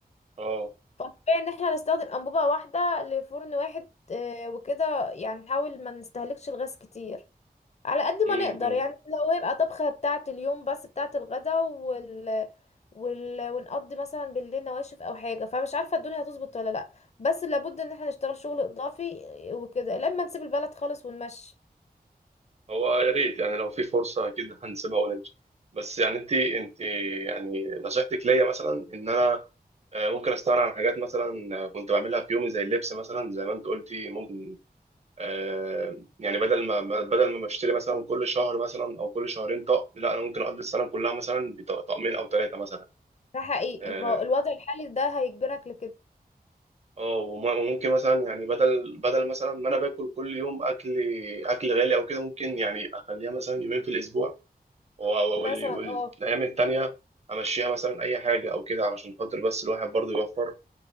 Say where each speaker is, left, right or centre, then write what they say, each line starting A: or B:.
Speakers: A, on the right; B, on the left.
A: اه
B: فطبيعي ان احنا نستخدم انبوبة واحدة لفرن واحد آه، وكده يعني نحاول ما نستهلكش الغاز كتير على قد
A: امم
B: ما نقدر
A: أمم.
B: يعني لو هيبقى طبخة بتاعة اليوم بس بتاعة الغدا وال... وال... ونقضي مثلا بالليل نواشف او حاجة فمش عارفة الدنيا هتظبط ولا لا بس لابد ان احنا نشتغل شغل اضافي وكده لما نسيب البلد خالص ونمشي
A: هو يا ريت يعني لو في فرصه اكيد هنسيبها ونمشي بس يعني انت انت يعني نصيحتك ليا مثلا ان انا آه، ممكن استغنى عن حاجات مثلا آه، كنت بعملها في يومي زي اللبس مثلا زي ما انت قلتي ممكن آه، يعني بدل ما ما- بدل ما بشتري مثلا كل شهر مثلا او كل شهرين طقم لا انا ممكن اقضي السنه كلها مثلا بطقمين او ثلاثه مثلا
B: ده حقيقي
A: اه
B: ما هو الوضع الحالي ده هيجبرك لكده
A: آه، وم- وممكن مثلا يعني بدل بدل مثلا ما انا باكل كل يوم اكل اكل غالي او كده ممكن يعني اخليها مثلا يومين في الاسبوع والايام
B: مثلا اه
A: التانية امشيها مثلا اي حاجه او كده علشان خاطر بس الواحد برضه يوفر